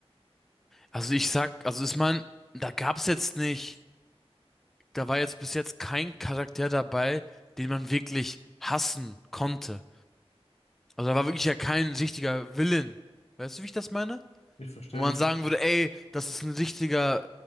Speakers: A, in the centre; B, on the left.
A: Also ich sag, also ich mein, da gab's jetzt nicht. da war jetzt bis jetzt kein Charakter dabei, den man wirklich hassen konnte. Also da war wirklich ja kein richtiger Villain. Weißt du, wie ich das meine?
B: Ich verstehe,
A: Wo man
B: ich verstehe.
A: sagen würde, ey, das ist ein richtiger,